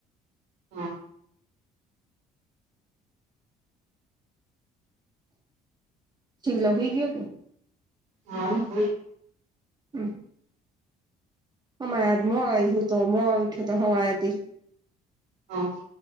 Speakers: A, on the right; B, on the right.
A: હા
B: શિમલા હોઈ ગયો હતો
A: હા હ
B: હમ હમા મો આવ્યું તો મોવા ઠ્યો તો હવાથી
A: હા હ